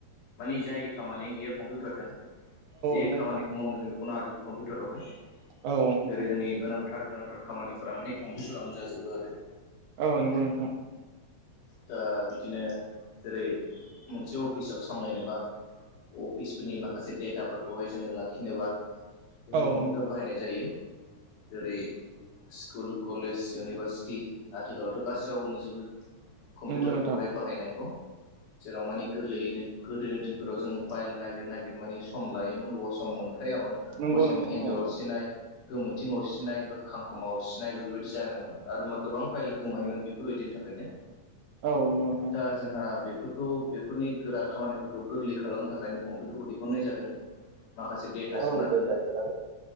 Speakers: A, on the left; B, on the right.
A: मानि जायि खामानियानो गैया कम्पिउटारजों जे
B: नंगौ
A: खामानिखौ
B: नोंथां
A: मावनो जों बेखौनो हाजोबो कम्पिउटारावहाय
B: औ
A: जेरै
B: नंगौ
A: जोंनि
B: नोंथां
A: गोनां थार गोनांथार खामानिफोरा माने कम्पिउटारावनो जाजोबो आरो
B: औ नंगौ नोंथां
A: दा बिदिनो जेरै मोनसे अफिसाव सामलायनोबा अफिसफोरनि माखासे डेटाफोरखौहाय जोङो लाखिनोबा बेखौ
B: औ
A: कम्पिउटार
B: नंगौ नोंथां
A: बाहायनाय जायो जेरै स्कुल कलेज इउनिभारसिटि आथिखालावथ' गासैयावबो नुजोबो कम्पिउटारखौहाय
B: नंगौ नोंथां
A: बाहायनायखौ जेराव मानि गोरलैयैनो गोदोनि दिनफोराव जोङो फाइल नागिर नागिर माने सम लायोमोन अब सम मोनथायामोन अबा
B: नंगौ
A: समाव
B: नोंथां
A: एन्जर
B: औ
A: अरसिनाय गोमोथिं अरसिनाय बा खांखमा अरसिनाय बेफोरबायदि जानोमोन आरो मा गोबां फाइला गोमायोमोन बेफोरबायदिनि थाखायनो
B: औ नंगौ नोंथां
A: दा जोंहा बेफोरखौ बेफोरनि गोरा खामानिफोरखौ गोरलै खालामनो थाखायनो कम्पिउटारखौ दिहुननाय जादों माखासे डेटा
B: नोंथां
A: सोना दोननो
B: औ